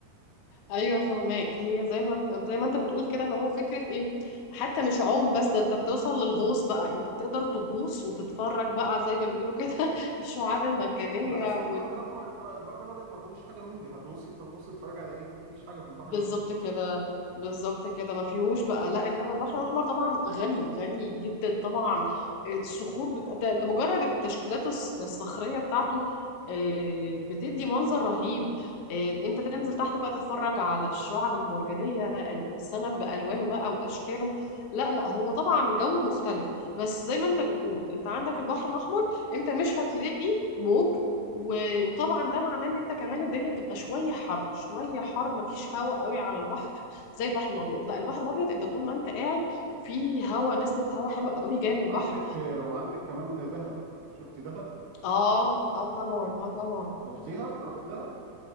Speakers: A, on the left; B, on the right.
A: ايوه فهماك هي زي ما زي ما انت بتقول كده اللي هو فكره ايه حتى مش عوم بس ده انت بتوصل للغوص بقى انت بتقدر تغوص وتتفرج بقى زي ما بيقولوا كده <laughs> الشعاب المرجانيه
B: لا اصل البحر الاحمر البحر الابيض ما فيهوش حاجه من دي هتغوصي هتغوصي تتفرجي على ايه مفيش حاجه في البحر
A: بالظبط
B: الابيض
A: كده بالظبط كده ما فيهوش بقى لا انما البحر الاحمر طبعا غني غني جدا طبعا آه، الصخور بت... ده ده مجرد التشكيلات الص- الصخريه بتاعته آه، بتدي منظر رهيب آه، انت تنزل تحت بقى تتفرج على الشعب المرجانيه السمك بالوانه بقى واشكاله لا لا هو طبعا جو مختلف بس زي ما انت بتقول انت عندك البحر الاحمر انت مش هتلاقي موج و- وطبعا ده معناه ان انت كمان الدنيا بتبقى شويه حر شويه حر مفيش هواء قوي على البحر زي البحر الابيض لا البحر الابيض انت طول ما انت قاعد في هواء نسمه هواء حلوه قوي جايه من البحر
B: وعندك وعندك كمان دهب شفتي دهب
A: اه اه آه، طبعا اه طبعا
B: رحتيها رحتي دهب